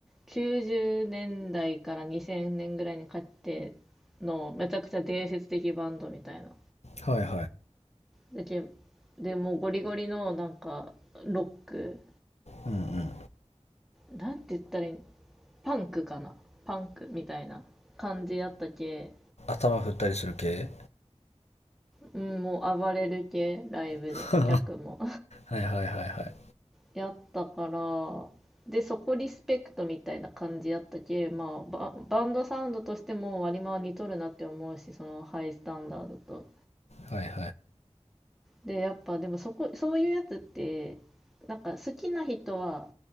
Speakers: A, in the centre; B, on the left.
A: 90年代から2000年ぐらいにかけてのめちゃくちゃ伝説的バンドみたいな。
B: はいはい
A: でけでもうゴリゴリのなんかロック
B: うんうん
A: なんて言ったらいいパンクかなパンクみたいな感じやったけ、
B: 頭振ったりする系
A: うん、もう暴れる系ライブで客も
B: <laughs> はいはいはいはいはい
A: やったから、で、そこリスペクトみたいな感じやったけ、まあ、バ、バンドサウンドとしても割り回り似とるなって思うし、そのハイスタンダードと。
B: はいはい
A: で、やっぱでもそこ、そういうやつって、なんか好きな人は